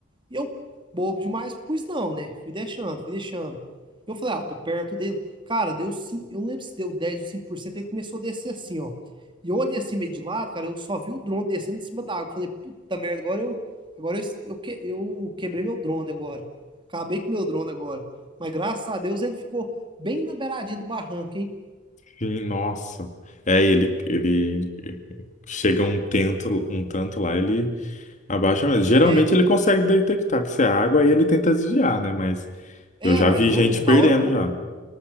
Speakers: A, on the right; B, on the left.
A: E eu, bobo demais, pois não, né? Fui deixando, fui deixando. Eu falei, ah, eu tô perto dele. Cara, deu 5, eu não lembro se deu 10 ou 5%. ele começou a descer assim, ó. E eu olhei assim meio de lado, cara, eu só vi o drone descendo de cima da água. Falei, puta merda, agora eu, agora eu, eu, que- eu quebrei meu drone agora. Acabei com meu drone agora. Mas graças a Deus ele ficou bem na beiradinha do barranco, hein?
B: Sim, nossa. É, ele, ele chega um tanto, um tanto lá, ele abaixa mesmo. Geralmente
A: É,
B: ele consegue detectar que isso é água, aí ele tenta desviar, né, mas
A: é,
B: eu já
A: mas
B: vi
A: eu,
B: gente perdendo
A: na hora eu,
B: já.